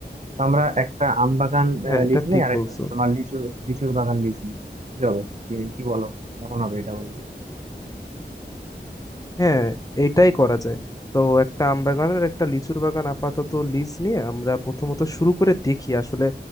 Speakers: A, on the right; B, on the left.
A: তো আমরা একটা আম বাগান
B: হ্যাঁ
A: আহ,
B: এটা
A: লিজ নিই
B: ঠিক
A: আর
B: বলছো
A: একটা হচ্ছে তোমার লিচু লিচুর বাগান লিজ নিই কি হবে কি কি বলো কেমন হবে এটা বলো
B: হ্যাঁ এইটাই করা যায় তো একটা আম বাগানের একটা লিচুর বাগান আপাতত লিজ নিয়ে আমরা প্রথমত শুরু করে দেখি আসলে